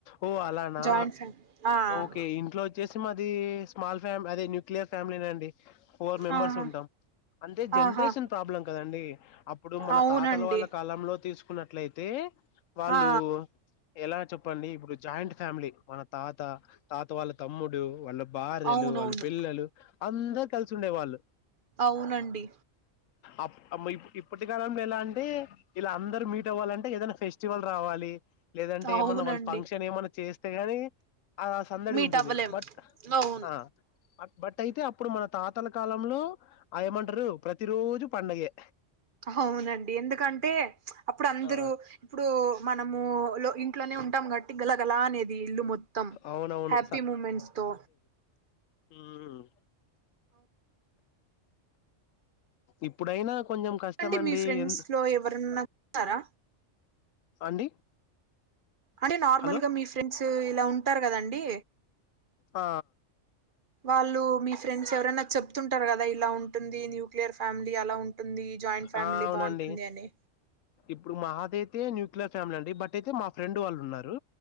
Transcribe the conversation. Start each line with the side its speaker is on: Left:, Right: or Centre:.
Left: ఓ అలానా
Right: జాయింట్ ఫ్యామిలీ ఆ
Left: ఓకే ఇంట్లో వచ్చేసి మాది స్మాల్ ఫ్యామి అదే న్యూక్లియర్ ఫ్యామిలీ అండి ఫోర్ మెంబర్స్
Right: ఆహా
Left: ఉంటాం అంటే జనరేషన్
Right: ఆహా
Left: ప్రాబ్లం కదండి అప్పుడు మన
Right: అవునండి
Left: తాతల వాళ్ళ కాలంలో తీసుకు కున్నట్లయితే వాళ్ళు
Right: ఆ
Left: ఎలా చెప్పండి ఇప్పుడు జాయింట్ ఫ్యామిలీ మన తాత తాత వాళ్ళ తమ్ముడు వాళ్ళ భార్యలు
Right: అవునవును
Left: వాళ్ళ పిల్లలు అందరు కలిసి ఉండే వాళ్ళు
Right: అవునండి
Left: అప్ ఇప్పటి కాలంలో ఎలా అంటే ఇలా అందరూ మీట్ అవ్వాలంటే ఏదైనా ఫెస్టివల్ రావాలి లేదంటే
Right: అవునండి
Left: ఏమన్నా వాళ్ళు ఫంక్షన్ ఏమన్నా చేస్తే గానీ అలా సందడి
Right: మీట్
Left: ఉంటుంది
Right: అవ్వలేము
Left: బట్
Right: అవును
Left: ఆ అట్ బట్ అయితే అప్పుడు మన తాతల కాలంలో ఏమంటారు ప్రతి రోజు పండగే
Right: అవునండి ఎందుకంటే అప్పుడు అందరూ
Left: ఆ
Right: ఇప్పుడు మనము లో ఇంట్లోనే ఉంటాం గట్టి గలగల అనేది ఇల్లు మొత్తం
Left: అవునవును
Right: హ్యాపీ మూమెంట్స్ తో
Left: ఉమ్మ్ ఇప్పుడైనా కొంచెం
Right: అవునండి
Left: కష్టం అండి
Right: మీ ఫ్రెండ్స్
Left: ఎంత
Right: లో ఎవరన్నా ఉన్నారా
Left: అండి
Right: అంటే నార్మల్
Left: హలో
Right: గా మీ ఫ్రెండ్స్ ఇలా ఉంటారు కదండి
Left: ఆ
Right: వాళ్ళు మీ ఫ్రెండ్స్ ఎవరైనా చెప్తూ ఉంటారు కదా ఇలా ఉంటుంది న్యూక్లియర్ ఫ్యామిలీ అలా ఉంటుంది జాయింట్ ఫ్యామిలీ
Left: ఆ అవునండి
Right: బాగుంటుంది అని
Left: ఇప్పుడు మాది అయితే న్యూక్లియర్ ఫ్యామిలీ అండి బట్ అయితే మా ఫ్రెండ్ వాళ్ళు ఉన్నారు